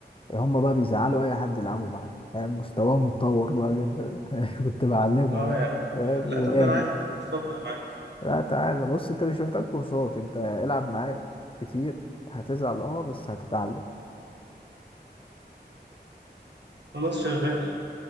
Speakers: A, on the left; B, on the right.
A: هم بقى بيزعلوا اي حد يلعبوا معاه فاهم؟ مستواهم اتطور بقى جدا <laughs> كنت بعلمه
B: اه
A: يعني
B: يا عم
A: فاهم؟
B: لا لا
A: ولادي
B: طب ده انا عايز اخد كورسات بقى معاك
A: لا تعالى بص انت مش محتاج كورسات انت العب معايا كتير هتزعل اه بس هتتعلم
B: خلاص شغال